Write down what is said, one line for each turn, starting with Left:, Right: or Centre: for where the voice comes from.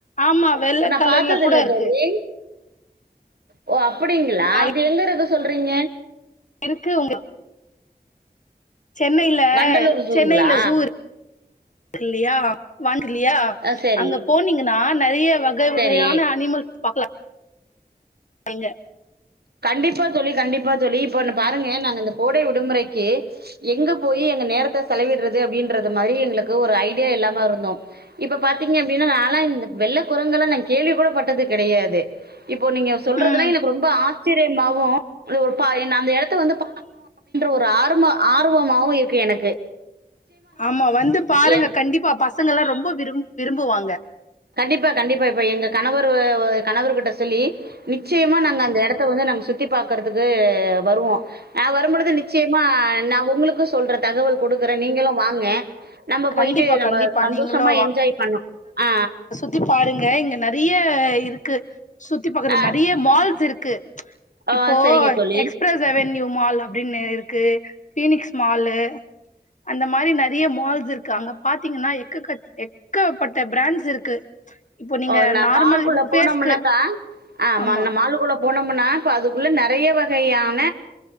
Left: ஆமா வெள்ள
Right: நான்
Left: கலர்ல
Right: பாத்தது
Left: கூட
Right: இல்ல
Left: இருக்கு
Right: தோழி ஓ அப் அப்படிங்களா
Left: ஆ
Right: இது எங்க இருக்கு சொல்றீங்க
Left: இருக்கு உங்க சென்னையில
Right: வண்டலூர் ஜூங்களா
Left: சென்னையில ஜூ இருக் ல்லையா வண் இல்லையா
Right: ஆ சரி
Left: அங்க போனீங்க நான் நிறைய வகை வகையான
Right: சரி
Left: அனிமல் பாக்ல அங்க
Right: கண்டிப்பா தோழி கண்டிப்பா தோழி இப்பன்னு பாருங்க நாங்க அந்த கோடை விடுமுறைக்கு எங்க போய் எங்க நேரத்த செலவிடறது அப்டின்றது மாரி எங்களுக்கு ஒரு ஐடியா இல்லாம இருந்தோ இப்ப பாத்தீங்க அப்டின்னா நாலா இந்த வெள்ள கொரங்கல நா கேள்வி கூட பட்டது கெடயாது இப்போ நீங்க சொல்றதுலா
Left: ம்
Right: எனக் ரொம்ப ஆ ச்சிரியமாவு பா நா அந்த எடத்த வந்து பாக்கணு அப்டின்ற ஒரு ஆரும ஆர்வமாவு இருக்கு எனக்
Left: ஆமா வந்து பாருங்க
Right: எ
Left: கண்டிப்பா பஸ் சங்கல்லா ரொம்ப விரும் விரும்புவாங்க
Right: கண்டிப்பா கண்டிப்பா இப்ப எங்க கணவர் வ வ கணவர்கிட்ட சொல்லி நிச்சயமா நாங்க அந்த எடத்த வந்து நாங்க சுத்தி பாக்கறதுக்கு வருவோம் ஆ வரும்பொழுது நிச்சயமா நா உங்களுக்கு சொல்ற தகவல் கொடுக்குற நீங்களும் வாங்க நம்ப
Left: கண்டிப்பா
Right: போயிட்டு நம்ப
Left: கண்டிப்பா
Right: சந்தோஷமா
Left: நீங்களு
Right: என்ஜாய் பண்ணு அ
Left: த்தி பாருங்க இங்க நெறைய இருக்கு சுத்தி பாக்குற
Right: ஆ,
Left: நெறைய மால்ஸ் இரு க்கு
Right: ஓ
Left: இப்போ
Right: சரிங்க தோழி.
Left: எக்ஸ்பிரஸ் எவன்யூ மால ப்டின்னு இருக்கு பீனிக்ஸ் மாலு அந்த மாரி நெறைய மால்ஸ் இரு க அங்க பாத்தீங்கன்னா எக்கக எக்கப்பட்ட பிராண்ட்ஸ் இருக்கு இப்போ நீங்க
Right: ஓ நா
Left: நார்மல்
Right: மால்குள்ள போனமுனாக்க
Left: ஃபேஸ்க்கு
Right: ஹ
Left: ஆமா
Right: ம ந மாலுக்குள்ள போன ம்புன்னா ப்ப அதுக்குள்ள நெறைய வகையான